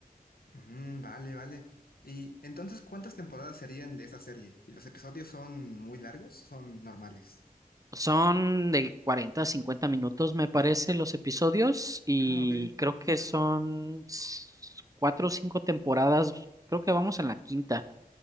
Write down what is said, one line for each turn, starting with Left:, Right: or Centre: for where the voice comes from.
Left: Mm, vale, vale. Y entonces, ¿cuántas temporadas serían de esta serie? ¿Y los episodios son muy largos? ¿Son normales?
Right: Son de 40, a 50 minutos, me parece, los episodios, y
Left: Ah, ok.
Right: creo que son s- cuatro o cinco temporadas. Creo que vamos en la quinta.